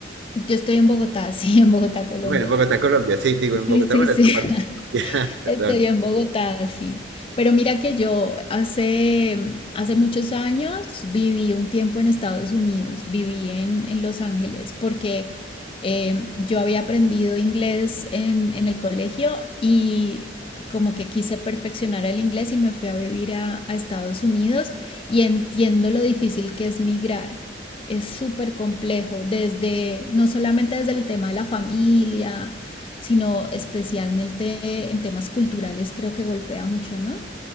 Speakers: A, on the left (about 30°); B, on the right (about 70°).
A: Yo estoy en Bogotá, <laughs> sí, en Bogotá, Colombia.
B: Bueno, en Bogotá, Colombia, sí, digo, en
A: Sí,
B: Bogotá,
A: sí,
B: bueno,
A: sí.
B: esta parte. <laughs> Perdón.
A: Estoy en Bogotá, sí. Pero mira que yo hace, mm, hace muchos años viví un tiempo en Estados Unidos, viví en, en Los Ángeles, porque eh, yo había aprendido inglés en, en el colegio y como que quise perfeccionar el inglés y me fui a vivir a, a Estados Unidos y entiendo lo difícil que es migrar. Es súper complejo, desde, no solamente desde el tema de la familia, sino especialmente en temas culturales creo que golpea mucho, ¿no?